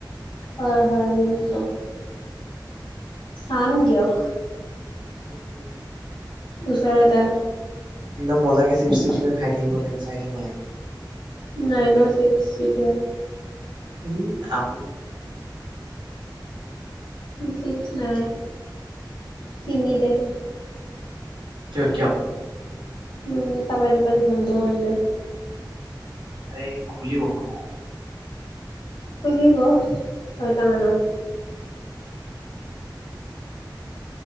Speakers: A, on the left; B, on the right.
A: হয় হয় বুজিছো চাম দিয়ক
B: ষ কৰি খাই
A: ওচৰটা
B: একদম মজাকে চিপচ চিপছ লৈ খাই থাকিব লাগে চাই থাকিব লাগে
A: নাইনৰ' ছিক্স চিঠ
B: উম আনি
A: চিপছ নাই কিনি দে অ
B: কিয়
A: উম পাপাই দোকান বন্ধ কৰিলে
B: আৰে খুলিব ন
A: খুলিব ছয়টামানত